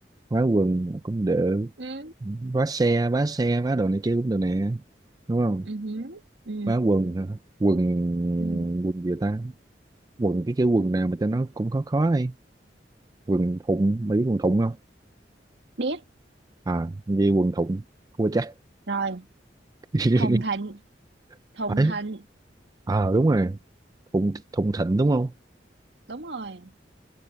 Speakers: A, on the right; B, on the right.
A: vá quần cũng được
B: ừ,
A: vá xe vá xe vá đồ này kia cũng được nè đúng không
B: ừ, ừ,
A: vá quần hả? quần
B: ừ.
A: quần gì ta quần cái cái quần nào mà cho nó cũng khó khó đi quần thụng mấy quần thụng không
B: biết
A: à như quần thụng thua chắc
B: rồi
A: <laughs>
B: thùng thịnh thùng
A: ấy
B: thịnh
A: à đúng rồi thụng thụng thịnh đúng không
B: đúng rồi